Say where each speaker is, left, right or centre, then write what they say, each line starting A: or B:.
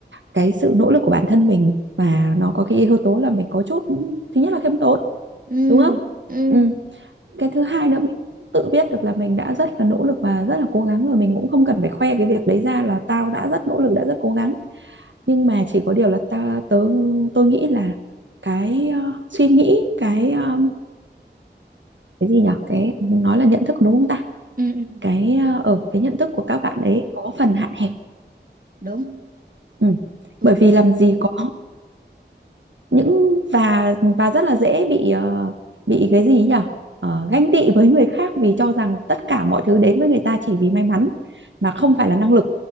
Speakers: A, on the right; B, on the right.
A: cái sự nỗ lực của bản thân mình và nó có cái yếu tố là mình có chút thứ nhất là khiêm tốn
B: ừ
A: đúng không
B: ừ
A: ừ. cái thứ hai nữa mình cũng tự biết được là mình đã rất là nỗ lực và rất là cố gắng rồi mình cũng không cần phải khoe cái việc đấy ra là tao đã rất nỗ lực đã rất cố gắng nhưng mà chỉ có điều là ta tớ tôi nghĩ là cái ờ, suy nghĩ cái ờ, cái gì nhở cái nói là nhận thức đúng không ta
B: ừ ừ
A: cái ờ, ở cái nhận thức của các bạn ấy có phần hạn hẹp
B: đúng
A: ừ.
B: tôi
A: bởi
B: cũng
A: vì
B: nghĩ
A: làm gì có những và và rất là dễ bị ờ, bị cái gì nhỉ Ờ, ganh tị với người khác vì cho rằng tất cả mọi thứ đến với người ta chỉ vì may mắn mà không phải là năng lực